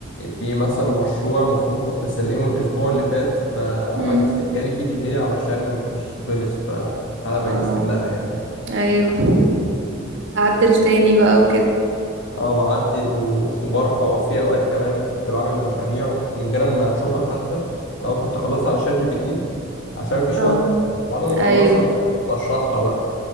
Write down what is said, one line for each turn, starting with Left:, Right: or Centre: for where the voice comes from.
Left: في مثلا مشروع المفروض كنت أسلمه الأسبوع اللي فات فعملت
Right: امم
Left: في جالي فيه ديلي علشان ما كانش خلص فحالة ميؤوس
Right: اه
Left: منها يعني
Right: ايوه تعدل تاني بقى وكده
Left: اه بعدل و- وبرفع وفي أوقات كمان كنت بعمل مشاريع ومن غير ما أشوفها حتى لو كنت أخلصها على شات جي بي تي عشان مفيش
Right: اه
Left: وقت بعد ما اخلصها
Right: ايوه
Left: المفروض بشرحها بقى